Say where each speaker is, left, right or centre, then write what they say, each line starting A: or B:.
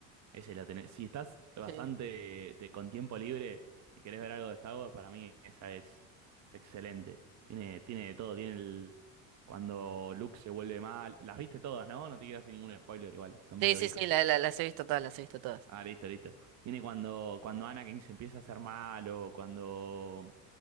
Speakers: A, on the right; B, on the right.
A: Esa la tenés. Si estás bastante
B: Sí,
A: te- con tiempo libre y querés ver algo de Star Wars, para mí esa es, es excelente. Tiene, tiene de todo. Tiene el. Cuando Luke se vuelve mal. Las viste todas, ¿no? No te quedas sin ningún spoiler igual. Son
B: sí,
A: medio
B: sí,
A: viejas
B: sí, la-
A: ya.
B: la- las he visto todas, las he visto todas.
A: Ah, listo, listo. Tiene cuando, cuando Anakin se empieza a hacer malo. Cuando.